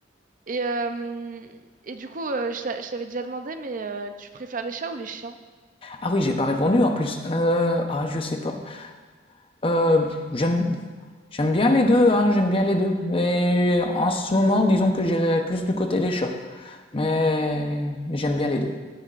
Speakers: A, on the right; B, on the left.
A: Et, euh, et du coup, euh, je, t'a- je t'avais déjà demandé, mais euh, tu préfères les chats ou les chiens?
B: Ah oui, j'ai pas répondu en plus. Euh, ah, je sais pas. Euh, j'aime, j'aime bien les deux, hein, j'aime bien les deux. Mais en ce moment, disons que j'irais plus du côté des chats. Mais, mais j'aime bien les deux.